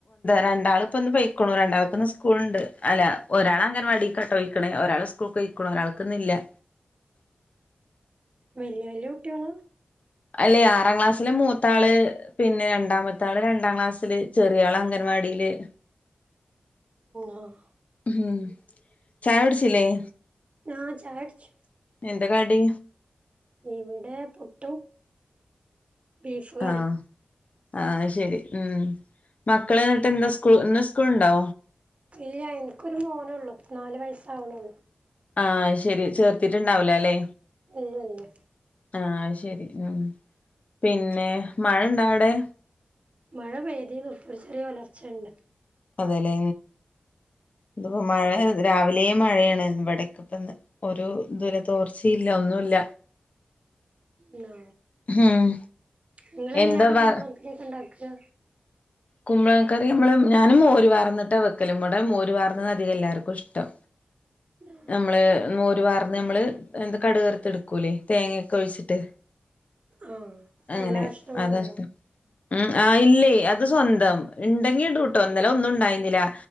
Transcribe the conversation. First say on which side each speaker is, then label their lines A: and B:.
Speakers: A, on the left; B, on the right.
A: രണ്ടാള് ഇപ്പ ഒന്ന് പൊയക്കണു രണ്ടാൾക്ക്ന്ന് ഉസ് സ്കൂള്ണ്ട് അല്ല ഒരാളങ്ങനവാടിക്കാ പോയിക്കണേ ഒരാളെ സ്കൂൾക്ക് പോയ് ഒരാൾക്ക്ന്ന്ല്ല-
B: വല്ല്യ വല്ല്യ കുട്ടികളാ-
A: അല്ലേ ആറാം ക്ലാസ്സിലെ മൂത്താള് പിന്നെ - രണ്ടാമത്താള് രണ്ടാം ക്ലാസ്സില് ചെറിയാള് അംഗൻവാടീല്-
B: ആഹ്
A: മ്ഹ് ചായ കുടിച്ചില്ലേ-
B: ആഹ് ചായകുടിച്ചു-
A: എന്താ കടി-
B: ഇവിടെ പുട്ടും ബീഫ് കറി
A: ആഹ് അഹ്ആഹ് ശരി. ഉം മക്കള് <unintelligible> ന്ന് സ്ക്കൂൾ ഇന്ന് സ്കൂൾ ണ്ടൊ?
B: ഇല്ല്യ. ൻക്കൊരു മോനൊള്ളൂ. നാല് വയസ്സവ്ണൊള്ളൂ
A: ആഹ് ശരി. ചേർത്തിട്ട്ണ്ടാവൂലാ ല്ലെ?
B: ഇല്ല ഇല്ല്യ
A: ആഹ് ശരി. ഉം പിന്നെ മഴണ്ടാടേ?
B: മഴ പെയ്തിന്ന് ഒര് ചെറിയ ഒലർച്ചണ്ട്.
A: അതെലേ. തോം മഴേ രാവിലേ മഴേണ്. വടെക്ക പ്പ ഒരു ത് രെ തോർച്ചയില്ല. ഒന്നുല്ല
B: ന്നാ.
A: ഉം
B: ങ്ങളെങ്ങനെയാ
A: എന്താ
B: അവടെ
A: വ
B: കുമ്പള കേക്ക് ണ്ടാക്കാ
A: കുമ്പളങ്ങക്കറി അമ്മള് ഞാനും മോര് പാർന്ന്ട്ടാ വെക്കല്. മ്മടെ മോര്പാർന്നതാ അതിക എല്ലാർക്കും ഇഷ്ടം
B: ന്നാ
A: നമ്മള് മോരു പാർന്ന് അമ്മള് എന്ത് കടുക് വർത്ത് ട്ക്കൂലേ തേങ്ങ ഒക്കെ ഒഴിച്ചിട്ട്.
B: ആഹ്
A: അങ്ങനെ
B: എല്ലാ കഷ്ണങ്ങളും
A: അതാഷ്ടം.
B: ഇടോ
A: ഉം അഹാ ഇല്ലേ ത് സ്വന്തം. ഇണ്ടെങ്കി ഇടുംട്ടോ. ഇന്നലെ ഒന്നുംണ്ടായിന്നിലാ